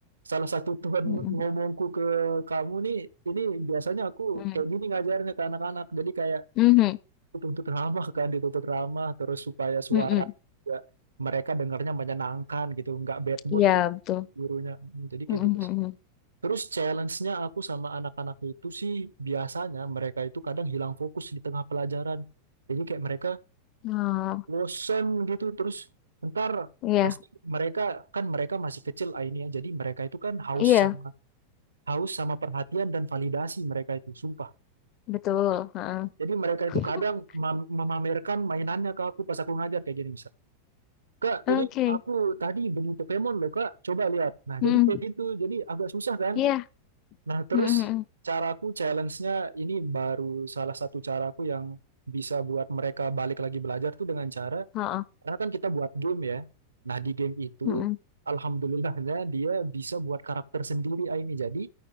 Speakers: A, on the right (about 75°); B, on the left (about 35°).
A: salah satu Tuhan
B: Mhm,
A: ngomongku ke kamu nih, ini biasanya aku
B: mhm,
A: kayak gini ngajarnya ke anak-anak. Jadi kayak
B: mhm,
A: tuntut ramah kan dituntut ramah terus supaya suara
B: mhm.
A: juga mereka dengarnya menyenangkan gitu nggak bad mood
B: Iya
A: gitu
B: betul.
A: gurunya Mm, jadi
B: Mhm,
A: kayak gitu
B: mhm.
A: sih terus challenge-nya aku sama anak-anak itu sih biasanya mereka itu kadang hilang fokus di tengah pelajaran jadi kayak mereka
B: Oh
A: bosen gitu terus ntar
B: iya
A: pasti mereka kan mereka masih kecil ah ini ya jadi mereka itu kan haus
B: iya
A: sama haus sama perhatian dan validasi mereka itu sumpah
B: betul. Heeh.
A: jadi mereka
B: <laughs>
A: itu kadang mem- memamerkan mainannya ke aku pas aku ngajar kayak gini misalnya Kak,
B: Oke.
A: ini aku tadi beli Pokemon loh, Kak. Coba lihat. Nah,
B: Mhm.
A: jadi kayak gitu. Jadi agak susah kan?
B: Iya.
A: Nah, terus
B: Mhm, mhm.
A: caraku challenge-nya ini baru salah satu caraku yang bisa buat mereka balik lagi belajar tuh dengan cara,
B: Heeh.
A: karena kan kita buat game ya. Nah, di game itu,
B: Mhm,
A: alhamdulillahnya dia bisa buat karakter sendiri ah, ini. Jadi,